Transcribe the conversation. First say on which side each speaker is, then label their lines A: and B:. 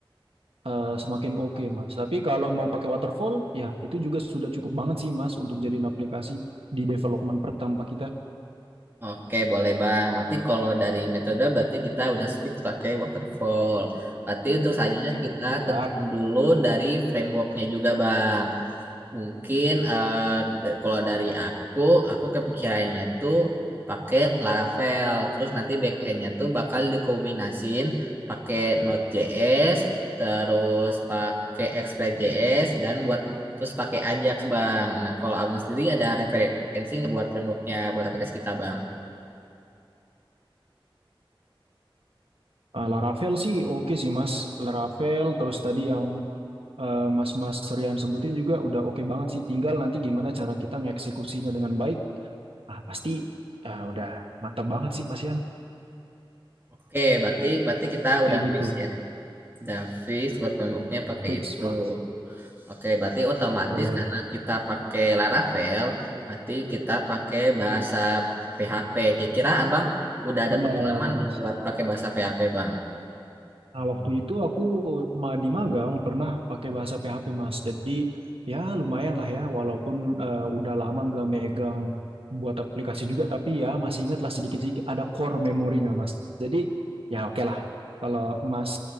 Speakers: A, on the right; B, on the right.
A: eh, semakin oke Mas. Tapi kalau mau pakai waterfall, ya itu juga sudah cukup banget sih Mas untuk jadiin aplikasi di development pertama kita.
B: Oke, boleh Bang. Berarti kalau dari metode berarti kita udah speak pakai waterfall. Berarti untuk selanjutnya
A: Oke,
B: kita
A: siap.
B: tentuin dulu dari frameworknya juga Bang. Mungkin eh, da- kalau dari aku, aku kepikirannya tuh pakai Laravel. Terus nanti backendnya tuh bakal dikombinasiin pakai Node.js, terus pakai Express.js, dan buat terus pakai Ajax Bang. Nah, kalau Abang sendiri ada referensi nggak buat frameworknya buat aplikasi kita Bang?
A: Eh, Laravel sih oke sih Mas. Laravel terus tadi yang eh, Mas-Mas Rian sebutin juga udah oke banget sih. Tinggal nanti gimana cara kita ngeksekusinya dengan baik. Ah pasti ah, udah mantap banget sih Mas Rian.
B: Oke, berarti berarti kita udah
A: Kayak
B: fix
A: gitu.
B: ya. Udah fix buat pemboknya pakai
A: Fix,
B: itu.
A: Mas.
B: Oke, berarti otomatis
A: Boleh.
B: karena kita pakai Laravel, berarti kita pakai bahasa PHP. Kira-kira Abang udah
A: Benar,
B: ada pengalaman
A: Mas.
B: belum buat pakai bahasa PHP, Bang?
A: Nah, waktu itu aku ma- di magang pernah pakai bahasa PHP, Mas. Jadi, ya lumayan lah ya, walaupun eh, udah lama nggak megang buat aplikasi juga, tapi ya masih ingat lah sedikit-sedikit ada core memorinya, Mas. Jadi, ya oke lah. Kalau Mas